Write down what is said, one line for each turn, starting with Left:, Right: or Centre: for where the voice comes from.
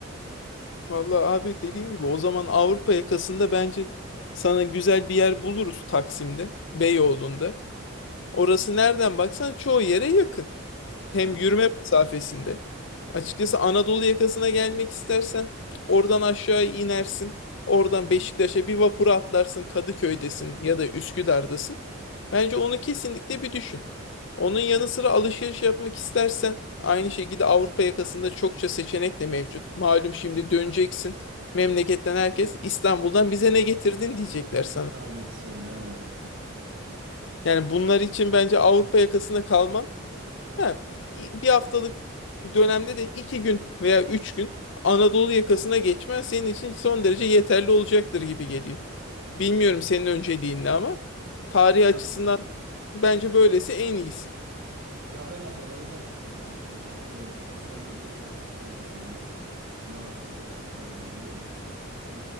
Left: Vallahi abi dediğim gibi o zaman Avrupa yakasında bence sana güzel bir yer buluruz Taksim'de, Beyoğlu'nda. Orası nereden baksan çoğu yere yakın. Hem
Right: Evet,
Left: yürüme mesafesinde. Açıkçası Anadolu yakasına gelmek istersen oradan aşağı inersin. Oradan Beşiktaş'a bir vapura atlarsın. Kadıköy'desin ya da Üsküdar'dasın. Bence onu kesinlikle bir düşün. Onun yanı sıra alışveriş yapmak istersen aynı şekilde Avrupa yakasında çokça seçenek de mevcut. Malum şimdi döneceksin. Memleketten herkes İstanbul'dan bize ne getirdin diyecekler sana.
Right: tabii söylerler.
Left: Yani bunlar için bence Avrupa yakasında kalman Ha, bir haftalık dönemde de iki gün veya üç gün Anadolu yakasına geçmen senin için son derece yeterli olacaktır gibi geliyor. Bilmiyorum senin önceliğin ne ama tarih
Right: Ya
Left: açısından bence böylesi en iyisi.
Right: Ya ben adaları da çok merak ediyorum. Ee, sosyal medyada da çok fazla görüyorum. Merakımı da çok cezbediyor. Ee,